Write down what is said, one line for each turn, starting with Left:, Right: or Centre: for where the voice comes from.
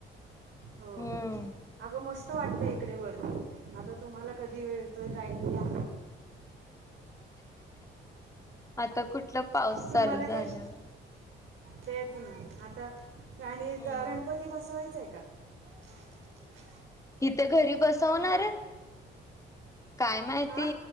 Right: हो
Left: हम्म
Right: अगं मस्त वाटत इकडे वरती. आता तुम्हाला कधी वळतोय टाईम या्.
Left: आता कुठलं पाऊस
Right: तुम्हाला
Left: चालू झाल्यावर
Right: काय शि तेच ना आता आणि
Left: हम्म
Right: ग गणपती बसवायच आहे. का <unintelligible>
Left: इथे घरी बसवणार
Right: हां
Left: ये? काय माहिती?
Right: हां